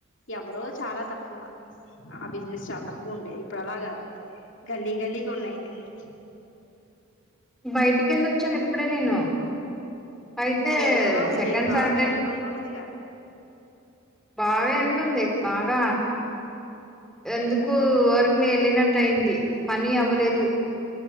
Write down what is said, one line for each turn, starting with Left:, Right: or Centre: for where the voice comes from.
Left: ఎవరో చాలా తక్కువ ఆ బిజినెస్ చాలా తక్కువ ఉండేది ఇప్పుడు అలా కాదు గల్లీ గల్లీకి ఉన్నాయి అన్ని
Centre: బయటికి వెళ్ళొచ్చాను ఇప్పుడే నేను అయితే
Left: ఎండలా ఉంది
Centre: సెకండ్
Left: బాగా
Centre: చార్డన్
Left: ఎండ ఉండి ఉంటదిగా
Centre: బాగా ఎండ ఉంది బాగా ఎందుకు వూరికనే వెళ్ళినట్ అయింది పని అవ్వలేదు